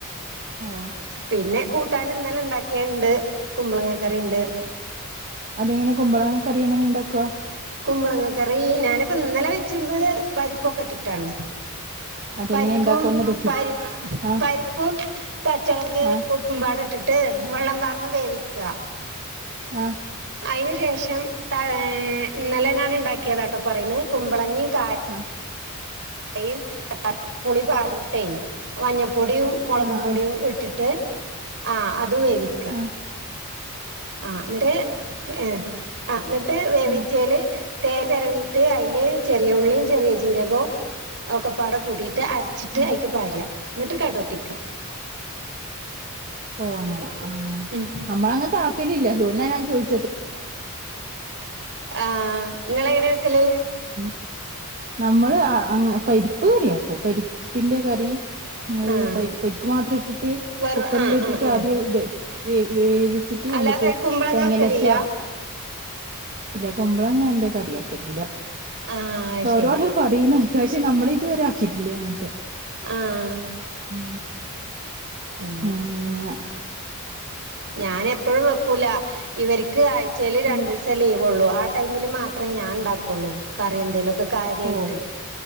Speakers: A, on the right (about 40°); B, on the right (about 55°).
A: ഓ
B: പിന്നെ കൂട്ടാന് ഇന്നലെ ഇണ്ടാക്കിയ്ണ്ട് കുമ്പളങ്ങ കറിണ്ട്.
A: അതെങ്ങനെ കുമ്പളങ്ങ കറി എങ്ങനെ ഇണ്ടാക്കുവാ
B: കുമ്പളങ്ങ കറി ഞാനിപ്പം ന്നലെ വെച്ചിര്ന്നത് പരിപ്പൊക്കെ ഇട്ടിട്ടാണ്.
A: അതെങ്ങനെ
B: പരിപ്പും
A: ഇണ്ടാക്കുവന്ന് റെസിപ്പി
B: പരി
A: ആഹ്
B: പരിപ്പും പച്ചൊളക്
A: ആഹ്
B: ഉപ്പും പാട് ഇട്ടിട്ട് വള്ളം പാർന്ന് വേവിക്ക
A: ആഹ്
B: അയിന് ശേഷം ഏഹ് ന്നലെ ഞാൻ ഇണ്ടാക്കിയതാട്ടോ പറയണ് കുമ്പളങ്ങി കായിം
A: ആഹ്
B: യിം പുളി പാർന്നിട്ടെയ് മഞ്ഞപ്പൊടിം മൊളകും
A: ആഹ്
B: പൊടിം
A: ആഹ് ആഹ്
B: ഇട്ടിട്ട് ആ അതും വേവി ക്ക
A: ആഹ്
B: ആഹ് ന്നിട്ട് ഏഹ് ആ ന്നട്ട് വേവിച്ചേല്.
A: ആഹ്
B: തേങ്ങചേരവീട്ട് അയില് ചെറിയ ഉള്ളീം ചെറിയ ജീരകോം ഒക്കെപ്പാടെ കൂടിട്ട് അരച്ചിട്ട്
A: ആഹ്
B: അയിക്ക് പാരാ. ന്നിട്ട് കടൊട്ടിക്ക
A: ഓഹ് അങ്ങന
B: മം
A: നമ്മളങ്ങൻത്താക്കലില്ല അുകൊണ്ടാ ഞാൻ ചോയ്
B: ആഹ് നിങ്ങളെങ്ങനെ വെക്കല്
A: <unintelligible> നമ്മള് ആ പരിപ്പ് കറി ആക്കും പരിപ്പിന്റെ കറി അയ്
B: ആഹ്
A: പര് പരിപ്പ് മാത്രം ഇട്ടിട്ട്
B: വെറു
A: കുക്കറിലിട്ടിട്ട്
B: ആഹ് ആഹ് ആഹ്
A: ആദ്യം ഇട് വേവിച്ചിട്ട് അതിന്റെത്ത്
B: അല്ലാതെ കുമ്പളങ്ങ
A: തേങ്ങല്ലാം
B: വെക്കലില്ല
A: അരച്ച് വറ
B: <inaudible>
A: ഇല്ല കുമ്പളങ്ങ എന്റെ കറിയാക്കീട്ടില്ല
B: ആഹ് അത്
A: <unintelligible>
B: ശരി
A: പറീന്ന് കേക്ക പക്ഷെ നമ്മളിതുവരെ ആക്കിയിട്ടില്ല അങ്ങൻത്തെ
B: ആഹ്
A: ഉം <unintelligible>
B: അങ്ങനെ ഞാനെപ്പഴും വെക്കൂല ഇവർക്ക് ആഴ്ചേല് രണ്ടൂസേ
A: ആഹ്
B: ലീവൊള്ളൂ ആ ടൈമില് മാത്രേ ഞാൻ ണ്ടാക്കുള്ളൂ കറി എന്തേലൊക്കെ കാര്യായ്ട്ട്
A: ഓ